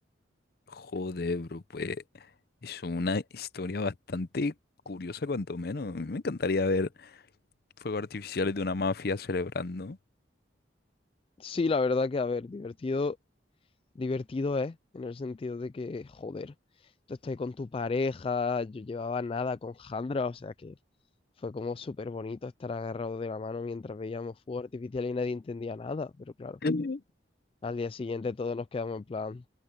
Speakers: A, on the left; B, on the left.
A: Joder, bro, pues es una historia bastante curiosa, cuanto menos. A mí Me encantaría ver fuegos artificiales de una mafia celebrando.
B: Sí, la verdad que, a ver, divertido, divertido es, en el sentido de que, joder, tú estás ahí con tu pareja, yo llevaba nada con Jandra, o sea que fue como súper bonito estar agarrados de la mano mientras veíamos fuego artificial y nadie entendía nada, pero claro,
A: <laughs>
B: al día siguiente todos nos quedamos en plan,